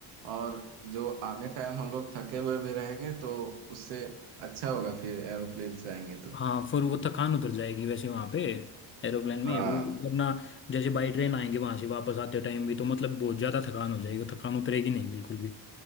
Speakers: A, on the right (about 85°); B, on the left (about 30°).
A: और जो आने टाइम हम लोग थके हुए भी रहेंगे तो उससे अच्छा होगा फिर एरोप्लेन से आएंगे तो
B: हाँ फिर वो थकान उतर जाएगी वैसे वहां पे एरोप्लेन में
A: हाँ
B: वो वरना जैसे बाई ट्रेन आएंगे वहां से वापस आते टाइम भी तो मतलब बहुत ज्यादा थकान हो जाएगी वो थकान उतरेगी नहीं बिल्कुल भी